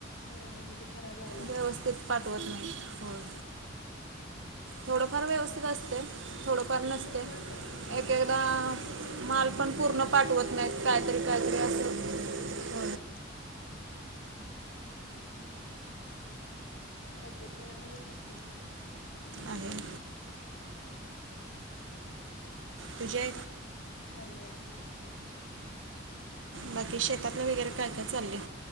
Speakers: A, on the left; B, on the right.
A: हा हा मग ते खराब लागला
B: व्यवस्थित
A: का
B: पाठवत नाही होय
A: हम्म हम्म.
B: थोडंफार व्यवस्थित असते. थोडंफार नसते
A: पण एवढं परफेक्ट नसतं
B: एक एकदा
A: कारण का आपण ते प्रत्यक्षात
B: माल
A: घेतलेलं
B: पण पूर्ण
A: आणि ते
B: पाठवत
A: ऑनलाईन
B: नाहीत
A: मागवलेलं
B: काहीतरी
A: फरक
B: काहीतरी
A: असतोय,
B: असं
A: होय हम्म हम् तब्येत ते आहे ना व्यवस्थित?
B: आहे
A: हम हम
B: तुझ्या
A: आहे आहे मस्त आहे.
B: बाकी शेतातलं वगैरे काय काय चाललंय?